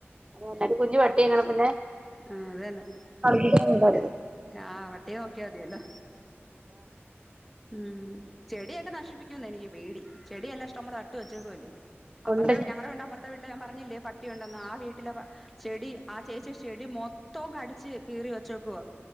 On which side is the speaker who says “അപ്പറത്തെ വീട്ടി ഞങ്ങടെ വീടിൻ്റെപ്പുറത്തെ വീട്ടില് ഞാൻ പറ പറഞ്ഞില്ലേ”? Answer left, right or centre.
Centre